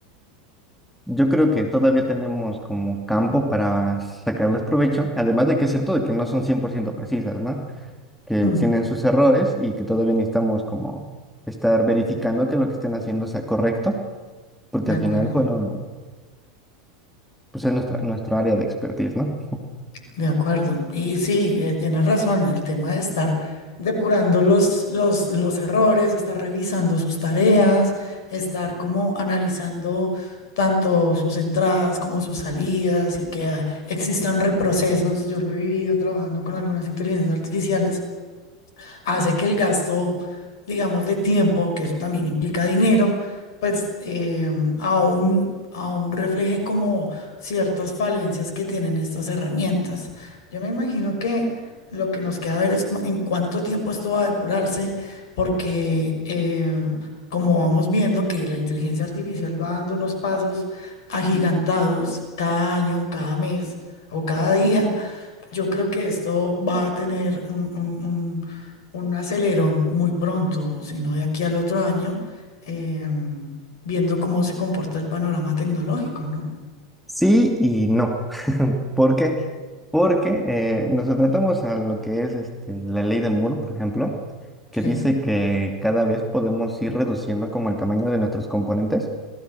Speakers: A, in the centre; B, on the left.
A: yo creo que todavía tenemos como campo para sacarles provecho, además de que es cierto de que no son 100% precisas, ¿no? Que
B: Mm,
A: tienen sus errores y que todavía necesitamos como estar verificando que lo que estén haciendo sea correcto, porque
B: de
A: al
B: acuerdo.
A: final, bueno, pues es nuestra, nuestro área de expertise, ¿no?
B: De acuerdo. Y sí, eh, tienes razón, el tema de estar depurando los, los, los errores, estar revisando sus tareas, estar como analizando tanto sus entradas como sus salidas y que ah, existan reprocesos. Yo lo he vivido trabajando con algunas inteligencias artificiales hace que el gasto, digamos, de tiempo, que eso también implica dinero, pues eh, aún, aún refleje como ciertas falencias que tienen estas herramientas. Yo me imagino que lo que nos queda ver es cu- en cuánto tiempo esto va a depurarse, porque eh, como vamos viendo que la inteligencia artificial va dando unos pasos agigantados cada año, cada mes o cada día. Yo creo que esto va a tener un, un- un- un acelerón muy pronto, si no de aquí al otro año, em, viendo cómo se comporta el panorama tecnológico, ¿no?
A: Sí y no. <laughs> ¿Por qué? Porque eh, nos enfrentamos a lo que es este, la ley de Moore, por ejemplo, que
B: Sí.
A: dice que cada vez podemos ir reduciendo como el tamaño de nuestros componentes,